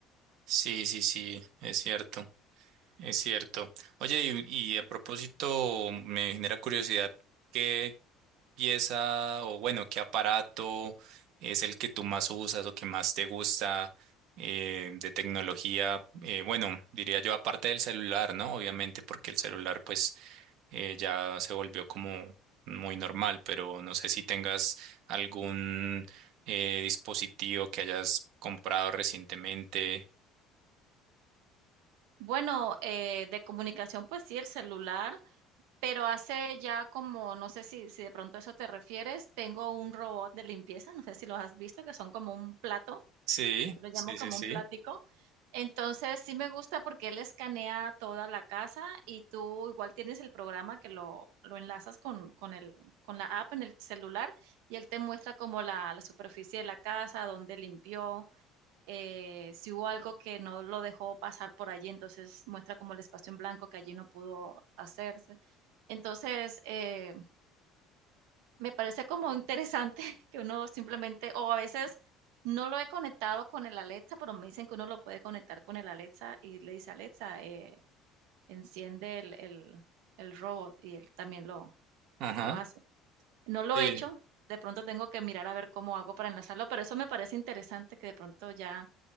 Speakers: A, on the right; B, on the right.
A: Sí, sí, sí, es cierto, es cierto. Oye, y, y a propósito, me genera curiosidad, ¿qué pieza o bueno, qué aparato es el que tú más usas o que más te gusta eh, de tecnología? Eh, bueno, diría yo aparte del celular, ¿no? Obviamente porque el celular pues eh, ya se volvió como muy normal, pero no sé si tengas algún eh, dispositivo que hayas comprado recientemente
B: Bueno, eh, de comunicación, pues sí, el celular, pero hace ya como, no sé si, si de pronto a eso te refieres, tengo un robot de limpieza, no sé si los has visto, que son como un plato
A: Sí,
B: lo llamo
A: sí,
B: como
A: sí, sí.
B: un plático. Entonces, sí me gusta porque él escanea toda la casa y tú igual tienes el programa que lo, lo enlazas con, con, el, con la app en el celular y él te muestra como la, la superficie de la casa, dónde limpió, eh, si hubo algo que no lo dejó pasar por allí, entonces muestra como el espacio en blanco que allí no pudo hacerse. Entonces, eh, me parece como interesante <laughs> que uno simplemente o a veces no lo he conectado con el Alexa, pero me dicen que uno lo puede conectar con el Alexa y le dice, Alexa, eh, enciende el, el- el robot y él también lo,
A: Ajá.
B: lo hace. No lo
A: Sí,
B: he hecho, de pronto tengo que mirar a ver cómo hago para enlazarlo, pero eso me parece interesante que de pronto ya